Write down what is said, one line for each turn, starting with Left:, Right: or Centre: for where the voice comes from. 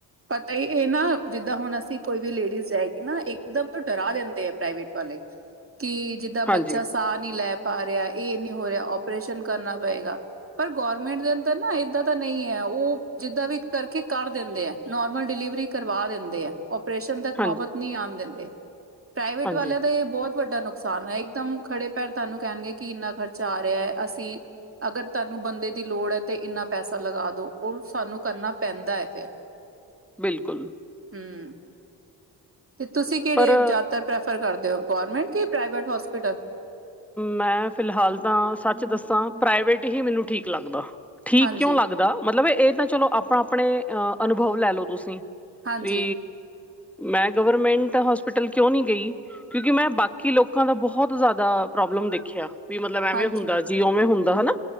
Right: ਪਤਾ ਏਹ ਨਾ ਜਿੱਦਾਂ ਹੁਣ ਅਸੀਂ ਕੋਈ ਵੀ ਲੇਡੀਜ਼ ਜਾਏਗੀ ਨਾ ਇਕਦਮ ਡਰਾ ਦਿੰਦੇ ਆ ਪ੍ਰਾਈਵੇਟ ਵਾਲੇ। ਕਿ ਜਿੱਦਾਂ ਬੱਚਾ
Centre: ਹਾਂਜੀ
Right: ਸਾਹ ਨਹੀਂ ਲੈ ਪਾ ਰਿਹਾ। ਇਹ ਨਹੀਂ ਹੋ ਰਿਹਾ ਆਪਓਰੇਸ਼ਨ ਕਰਨਾ ਪਏਗਾ। ਪਰ ਗੌਰਮੈਂਟ ਦੇ ਅੰਦਰ ਨਾ ਏਦਾਂ ਤਾਂ ਨਹੀਂ ਏ। ਉਹ ਜਿੱਦਾਂ ਵੀ ਕਰਕੇ ਕਰ ਦਿੰਦੇ ਐ, ਨੋਰਮਲ ਡਿਲੀਵਰੀ ਕਰਵਾ ਦਿੰਦੇ ਐ। ਓਪਰੇਸ਼ਨ ਤੱਕ
Centre: ਹਾਂਜੀ
Right: ਨੌਬਤ ਨ ਆਣ ਦਿੰਦੇ। ਪ੍ਰਾਈਵੇਟ
Centre: ਹਾਂਜੀ
Right: ਵਾਲਿਆਂ ਦੇ ਬਹੁਤ ਵੱਡਾ ਨੁਕ ਸਾਨ ਐ। ਇੱਕਦਮ ਖੜੇ ਪੈਰ ਤੁਹਾਨੂੰ ਕਹਿਣਗੇ ਕਿ ਇੰਨਾ ਖ਼ਰਚਾ ਆ ਰਿਹਾ ਐ। ਅਸੀਂ ਅਗਰ ਤੁਹਾਨੂੰ ਬੰਦੇ ਦੀ ਲੋੜ ਹੈ ਤਾਂ ਇੰਨਾ ਪੈਸਾ ਲਗਾ ਦਿਉ ਉਹ ਸਾਨੂੰ ਕਰਨਾ ਪੈਂਦਾ ਹੈ ਫਿਰ।
Centre: ਬਿਲਕੁਲ।
Right: ਹੂੰ ਤੇ ਤੁਸੀਂ ਕਿਹੜੇ
Centre: ਪਰ
Right: ਜ਼ਿਆਦਾਤਰ ਪ੍ਰੈਫਰ ਕਰਦੇ ਹੋ ਗੌਰਮੈਂਟ ਕੇ ਪ੍ਰਾਈਵੇਟ ਹੋਸਪਿਟਲ।
Centre: ਮੈਂ ਫਿਲਹਾਲ ਤਾਂ ਸੱਚ ਦੱਸਾਂ ਪ੍ਰਾਈਵੇਟ ਹੀ ਮੈਨੂੰ ਠੀਕ ਲੱਗਦਾ। ਠੀਕ
Right: ਹਾਂਜੀ
Centre: ਕਿਉਂ ਲੱਗਦਾ ਦਾ ਮਤਲਬ ਇਹ ਤਾਂ ਚਲੋ ਆਪਣਾ ਆਪਣੇ ਅਹ ਅਨੁਭਵ ਲੈ ਲੋ ਤੁਸੀਂ
Right: ਹਾਂਜੀ
Centre: ਵੀ ਮੈਂ ਗਵਰਮੈਂਟ ਹੋਸਪਿਟਲ ਕਿਉਂ ਨਹੀਂ ਗਈ। ਕਿਉਂਕਿ ਮੈਂ ਬਾਕੀ ਲੋਕਾਂ ਦਾ ਬਹੁਤ ਜ਼ਿਆਦਾ ਪ੍ਰੋਬਲਮ ਦੇਖਿਆ ਵੀ ਮਤਲਬ ਐਵੇਂ
Right: ਹਾਂਜੀ
Centre: ਹੁੰਦਾ ਜੀ ਓਵੇਂ ਹੁੰਦਾ ਹਨਾ